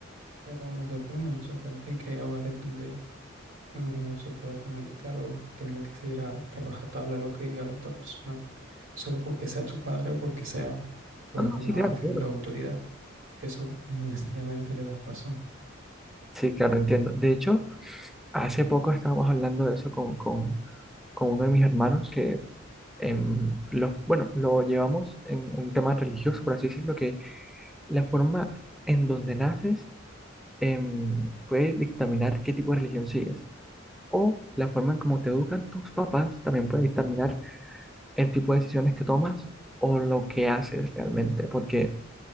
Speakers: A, on the right; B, in the centre.
A: Pero me sorprende, me sorprende que hay hogares donde no, no se pueda comunicar o tenga que seguir a rajatabla lo que diga la otra persona, solo porque sea tu padre o porque sea pues
B: No, no, Mm.
A: una
B: sí, claro,
A: figura
B: claro.
A: de autoridad, que eso no necesariamente le das razón.
B: Sí, claro, entiendo. De hecho, hace poco estábamos hablando de eso con, con, con uno de mis hermanos que em, los, bueno, lo llevamos en un tema religioso, por así decirlo, que la forma en donde naces em, puede dictaminar qué tipo de religión sigues. O la forma en cómo te educan tus papás también puede dictaminar el tipo de decisiones que tomas o lo que haces realmente. Porque